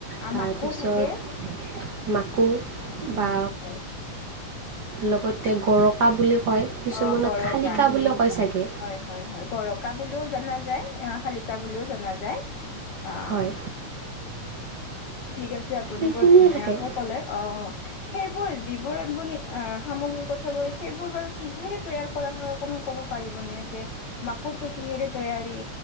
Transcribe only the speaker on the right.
তাৰপিছত
মাকো
বা।
লগতে গ'ৰকা বুলি কয় কিছুমানত
খালিকা বুলিও কয় চাগে।
হয়।
সেইখিনিয়ে
থাকে